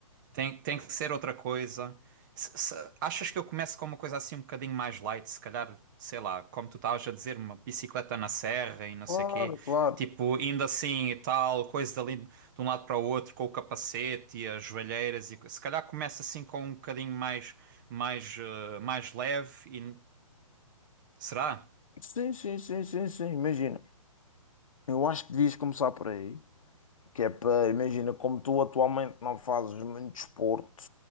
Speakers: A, on the right; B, on the left.
A: Tem, tem que ser outra coisa. Se- se- achas que eu começo com uma coisa assim um bocadinho mais light? Se calhar, sei lá, como tu estavas a dizer, uma bicicleta na serra e não
B: Claro,
A: sei quê.
B: claro.
A: Tipo, indo assim e tal, coisas ali de um lado para o outro, com o capacete e as joelheiras. E, co- se calhar começa assim com um bocadinho mais, mais, eh, mais leve e... Será?
B: Sim, sim, sim, sim, sim, imagina. Eu acho que devias começar por aí. Que é para, imagina, como tu atualmente não fazes muito desporto,